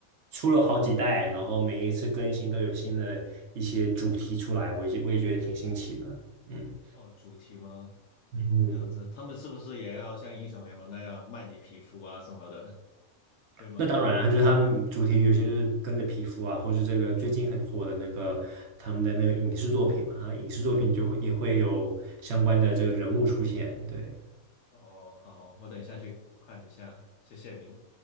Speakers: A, on the right (about 60°); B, on the left (about 70°).
A: 出了好几代，然后每一次更新都有新的一些主题出来，我也我也觉得挺新奇的，嗯
B: 哦，主题吗？
A: 嗯哼
B: 这样子，他们是不是也要像英雄联盟那样卖你皮肤啊什么的？会吗？
A: 那当然啊，就是他们主题有些是跟着皮肤啊，或是这个最近很火的那个他们的那个影视作品嘛，啊，影视作品就会也会有相关的这个人物出现。对，
B: 哦，好，我等一下去看一下，谢谢您。